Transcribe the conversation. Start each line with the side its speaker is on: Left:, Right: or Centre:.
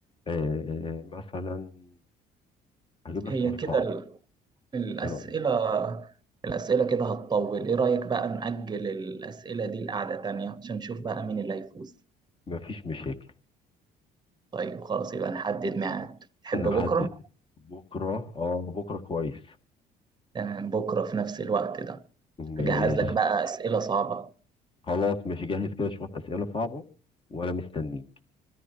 Left: آه، مثلا هجيب لك
Right: هي
Left: سؤال
Right: كده
Left: صعب
Right: ال- الأسئلة
Left: ايه رايك
Right: الأسئلة كده هتطول إيه رأيك بقى نأجل الأسئلة دي لقعدة تانية عشان نشوف بقى مين اللي هيفوز
Left: مفيش مشاكل
Right: طيب خلاص يبقى نحدد ميعاد تحب
Left: نحدد
Right: بكرة؟
Left: بكره اه بكره كويس
Right: تمام بكرة في نفس الوقت ده
Left: ماشي
Right: هجهز لك بقى أسئلة صعبة
Left: خلاص ماشي جاهز كده شويه اسئله صعبه وانا مستنيك